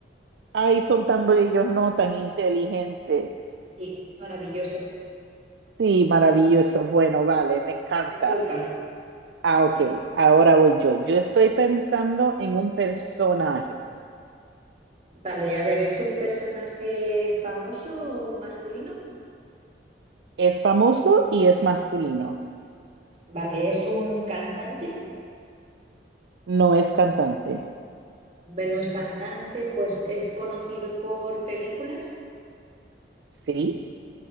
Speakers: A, on the right; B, on the right.
A: Ay, son tan bellos, no tan inteligentes.
B: Sí, maravilloso.
A: Sí, maravilloso. Bueno, vale, me encanta.
B: Me toca.
A: Ah, ok, ahora voy yo. Yo estoy pensando en un personaje.
B: Vale, a ver, ¿es un personaje famoso o masculino?
A: Es famoso y es masculino.
B: Vale, ¿es un cantante?
A: No es cantante.
B: Bueno, es cantante, pues es conocido por películas.
A: Sí,